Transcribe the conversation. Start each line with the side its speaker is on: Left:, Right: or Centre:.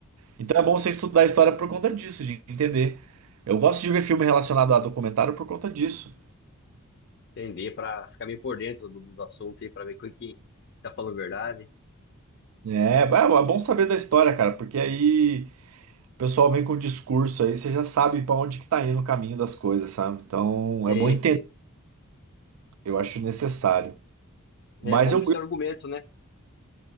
Right: Então é bom você estudar a história por conta disso, de entender. Eu gosto de ver filme relacionado a documentário por conta disso.
Left: Entender para ficar meio por dentro do, do assunto aí, para ver quem que tá falando a verdade.
Right: É, é é bom saber da história, cara, porque aí o pessoal vem com o discurso aí, você já sabe pra onde que tá indo o caminho das coisas, sabe? Então
Left: Sei,
Right: é bom entender,
Left: sei.
Right: eu acho necessário.
Left: É
Right: Mas
Left: bom
Right: eu-
Left: pra você ter argumentos, né?